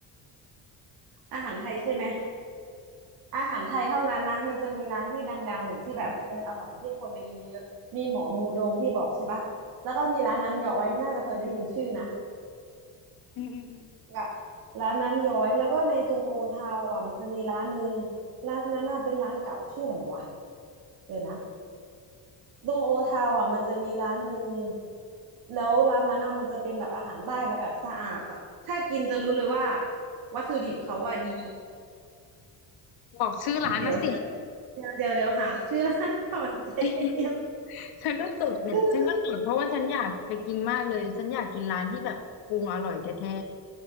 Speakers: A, on the right (about 65°); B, on the left (about 80°).
A: อาหารไทยใช่ไหม
B: อาหารไทยเท่านั้นจ้ะ
A: อาหารไทยเท่านั้นนะมันจะมีร้านที่ดังๆอยู่ที่แบบเอออร่อยที่คนไปกินเยอะๆมีหมอมูดงที่บอกใช่ปะแล้วก็มีร้านน้ำย้อยน่าจะเคยได้ยินชื่อนะ
B: อืมอืมอืม
A: ละร้านน้ำย้อยแล้วก็ในตรงโอทาวอ่ะมันจะมีร้านหนึ่งร้านนั้นน่ะเป็นร้านเก่าชื่ออะไรวะเดี๋ยวนะตรงโอทาวอ่ะมันจะมีร้านหนึ่งแล้วร้านนั้นน่ะมันจะเป็นแบบอาหารใต้แบบสะอาดอ่ะถ้ากินจะรู้เลยว่าวัตถุดิบเขาว่าดี
B: บอกชื่อร้านมาสิ
A: เดี๋ยวเดี๋ยวเดี๋ยวเดี๋ยวเดี๋ยวหาชื่อร้านก่อน <laughs> ใจเย็น
B: <laughs> ฉันก็จดเนี่ยฉันก็จดเพราะว่าฉันอยากไปกินมากเลย
A: ๆชื่อ
B: ฉันอยากกินร้านที่แบบปรุงอร่อยแท้